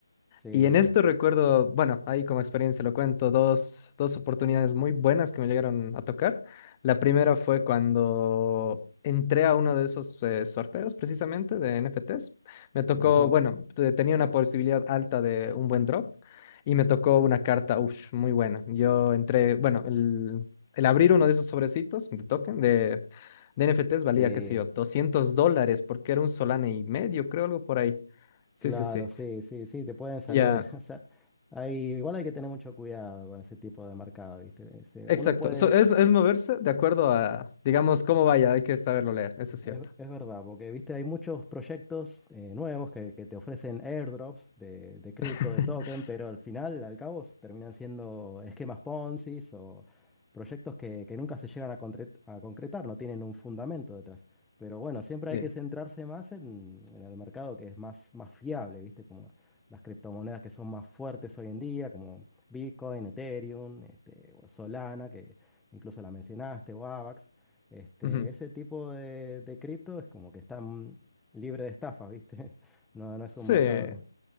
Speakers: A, in the centre; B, on the left (about 25°).
A: Sí,
B: Y en esto recuerdo, bueno, ahí como experiencia lo cuento, dos, dos oportunidades muy buenas que me llegaron a tocar. La primera fue cuando entré a uno de esos eh, sorteos precisamente de NFTs. Me tocó,
A: ujú,
B: bueno, te- tenía una posibilidad alta de un buen drop y me tocó una carta, uff, muy buena. Yo entré, bueno, el, el abrir uno de esos sobrecitos de token de, de NFTs valía,
A: sí,
B: qué sé yo, 200 dólares porque era un solane y medio, creo, algo por ahí. Sí,
A: claro,
B: sí, sí.
A: sí, sí, sí, te pueden salir.
B: Ya,
A: <laughs> O sea, hay, igual hay que tener mucho cuidado con ese tipo de mercado, ¿viste? Este,
B: Exacto.
A: uno puede
B: So, es, es moverse de acuerdo a, digamos, cómo vaya. Hay que saberlo leer, eso es cierto.
A: Es, es verdad, porque viste, hay muchos proyectos eh, nuevos que, que te ofrecen airdrops de, de cripto,
B: <laughs>
A: de token, pero al final, al cabo, s- terminan siendo esquemas Ponzi o proyectos que, que nunca se llegan a, concre- a concretar, no tienen un fundamento detrás. Pero bueno, siempre
B: Sí.
A: hay que centrarse más en, en el mercado que es más, más fiable, viste, como las criptomonedas que son más fuertes hoy en día, como Bitcoin, Ethereum, este, o Solana, que incluso la mencionaste, o AVAX. Este,
B: ujú.
A: ese tipo de, de cripto es como que están libre de estafa ¿viste? <laughs> No, no es
B: Sí.
A: un mercado tan...